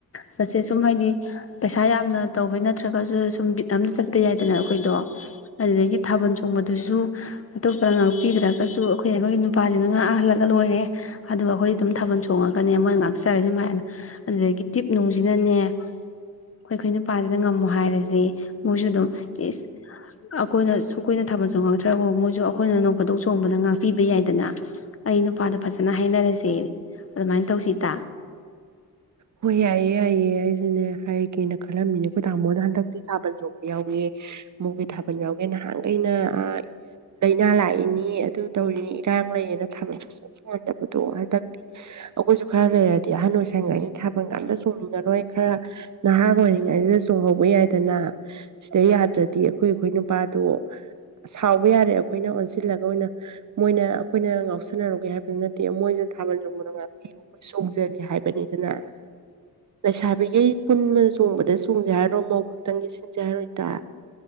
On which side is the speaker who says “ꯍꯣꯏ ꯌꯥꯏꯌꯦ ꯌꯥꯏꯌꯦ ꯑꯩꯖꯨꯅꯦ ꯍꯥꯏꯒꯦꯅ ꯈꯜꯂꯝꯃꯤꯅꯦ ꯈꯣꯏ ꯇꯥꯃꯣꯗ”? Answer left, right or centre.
Right